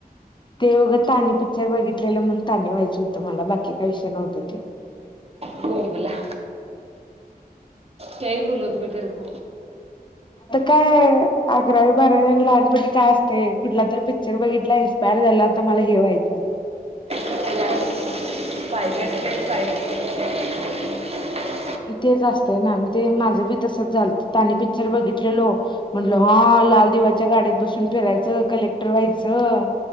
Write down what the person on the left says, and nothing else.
ते बघं तानी पिक्चर बघितलेलं म्हण तानी व्हायचं होत. मला बाकी काय विषय नव्हत तो.
का अकरावी बारावी आणि लहानपणी काय असते कुठलारी पिक्चर बघितला इन्स्पायर झालं आता मला हे व्हायचं. ज
तेच असतय ना मी ते माझं बी तसच झाल तानी पिक्चर बघितलेलो. म्हंटल हा लाल दिवाच्या गाड्यात बसून फिरायचं कलेक्टर व्हायचं.